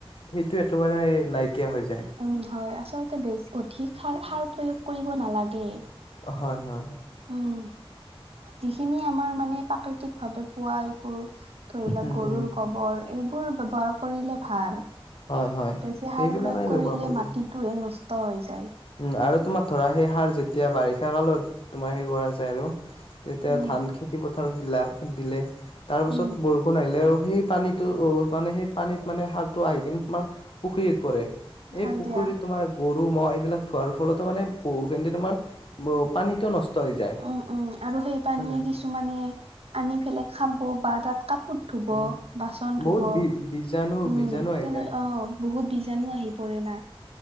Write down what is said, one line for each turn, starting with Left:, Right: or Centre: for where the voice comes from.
Left: সেইটোৱে একেবাৰে নাইকিয়া হৈ যায়।
Right: উম হয় আচলতে বেছি অধিক সাৰ সাৰ প্ৰয়োগ কৰিব নালাগে।
Left: হয় হয়।
Right: উম যিখিনি আমাৰ মানে প্ৰাকৃতিক ভাৱে পোৱা এইবোৰ ধৰি লওক
Left: উম
Right: গৰুৰ
Left: উম
Right: গবৰ এইবোৰ ব্যৱহাৰ কৰিলে ভাল। বেছি
Left: হয় হয় সেইবিলাকে
Right: সাৰ প্ৰয়োগ
Left: ব্যৱহাৰ
Right: কৰিলে
Left: কৰিব
Right: মাটিটোহে নষ্ট হৈ যায়।
Left: উম আৰু তোমাৰ ধৰা সেই সাৰ যেতিয়া বাৰিষা কালত তোমাৰ হেৰি কৰা যায় আৰু তেতিয়া
Right: উম।
Left: ধান খেতি পথাৰত দিলা দিলে তাৰ পাছত
Right: উম।
Left: বৰ ষুণ আহিলে আৰু সেই পানীটো অ মানে সেই পানীত মানে সাৰটো আহি কিনে তোমাৰ পুখুৰীত পৰে। এই
Right: হয়
Left: পুখুৰীত
Right: দিয়া।
Left: তোমাৰ গৰু, ম'হ এইবিলাক থোৱাৰ ফলতো মানে বহুখিনিতে তোমাৰ পানীটো নষ্ট হৈ যায়।
Right: উম, উম আৰু সেই পানীয়ে
Left: হয় নে
Right: কিছুমানে আনি পেলাই খাব বা তাত কাপোৰ ধুব,
Left: উম
Right: বাচন
Left: বহুত
Right: ধুব উম
Left: বি বীজাণু বীজাণু আহি
Right: তেনে
Left: যায়
Right: অ বহুত বীজাণু আহি পৰে না